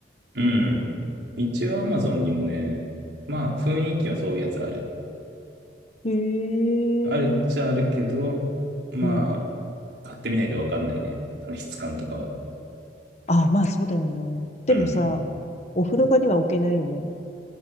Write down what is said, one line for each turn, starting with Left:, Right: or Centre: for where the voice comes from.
Right: うん。一応 Amazon にもね、まあ雰囲気はそういうやつある。
Left: へえ。
Right: あるっちゃあるけど、ま
Left: うん。
Right: あ、買ってみないとわかんないね。その質感とかは。
Left: あ、まあそうだよね。でもさ、
Right: うん。
Left: お風呂場には置けないよね。